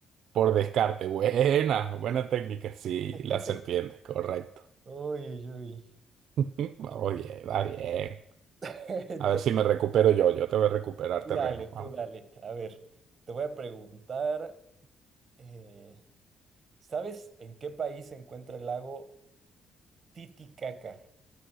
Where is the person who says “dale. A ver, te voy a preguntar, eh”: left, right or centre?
Right